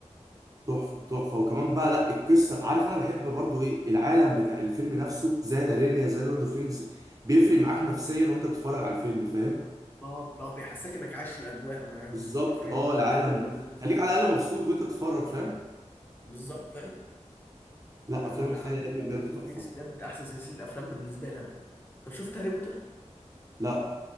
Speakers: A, on the right (about 30°); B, on the left (about 15°).
A: تحفه تحفه وكمان بقى لا القصه عارف انا بحب برضو ايه العالم بتاع الفيلم نفسه زي نارينيا زي لورد اوف رينجز بيفرق معاك نفسيا وانت بتتفرج على الفيلم فاهم
B: طب طب بيحسسك انك عايش الاجواء معاهم
A: بالظبط
B: انت فاهم
A: اه العالم
B: انت جوه العالم
A: خليك
B: بتاعهم
A: على الاقل مبسوط وانت تتفرج فاهم
B: بالظبط طيب.
A: لا
B: فالعالم
A: افلام الخيال العلمي
B: بتاع
A: بجد
B: لورد اوف
A: تحفه
B: رينجز بجد احسن سلسله افلام بالنسبه لي انا طب شفت هاري بوتر
A: لا